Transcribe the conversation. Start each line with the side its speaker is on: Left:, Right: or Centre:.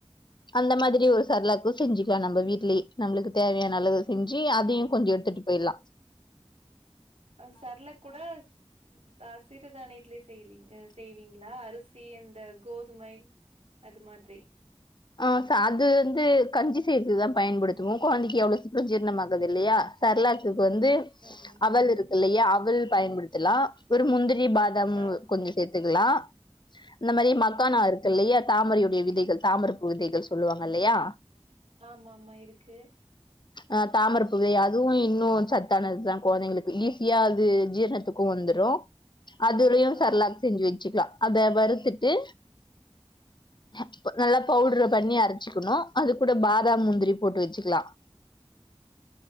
Left: அந்த மாதிரி ஒரு செர்லாக்கு செஞ்சுக்கலா நம்ப வீட்லயே நம்ளுக்கு தேவயான அளவு செஞ்சு அதயு கொஞ்சோ எடுத்துட்டு போயிர்லா
Right: அந்த செர்லாக் கூட ம் தா சிறு தானியத்திலே செய்லிங் க செய்வீங்களா அரிசி அந்த கோதுமை அது மாதிரி
Left: ஆ ச அது வந்து கஞ்சி செய்றதுக்குதா பயன்படுத்துவோ கொழந்தைக்கு அவ்ளோ சீக்ரோ ஜீர்ணம் ஆகாது இல்லயா செர்லாக்குக்கு வந்து
Right: ஆமா
Left: அவல் இருக்கு இல்லயா அவல் பயன்படுத்தலா ஒரு முந்திரி பாதம்
Right: ஆ
Left: கொஞ்சோ சேத் துக்லா இந்த மாரி
Right: ம்
Left: மக்கானா இருக்கு இல்லயா தாமரயுடைய விதைகள் தாமரப் பூ விதைகள் சொல்லுவாங்க இல்லயா
Right: ஆமாமா இருக்கு
Left: அ தாமரப்பூவெ அதுவு இன்னு சத்தானதுதா கொழந்தைங்களுக்கு ஈஸியா அது ஜீரணத்துக்கு வந்துரோ அதுளயு
Right: ஆ
Left: செர்லாக்ஸ் செஞ்சு வச்சுக்லா அத வறுத்துட்டு ப்பு நல்லாப் பவ்ட்ர பண்ணி அரச்சிக்கணு அது கூட பாதாம் முந்திரி போட்டு வெச்சுக்லா